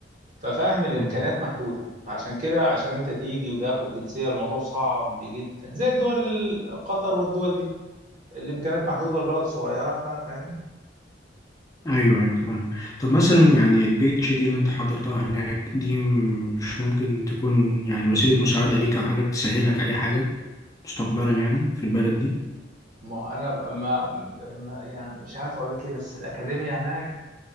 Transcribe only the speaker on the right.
ففاهم الامكانيات
محدوده عشان كده عشان انت تيجي وده ياخد جنسيه الموضوع صعب جدا زي الدول ال- قطر والدول دي الامكانيات محدوده والبلد صغيره فا- فاهمني
ما هو انا بقى- ما ما- يعني مش عارف اقول لك ايه بس الاكاديميه هناك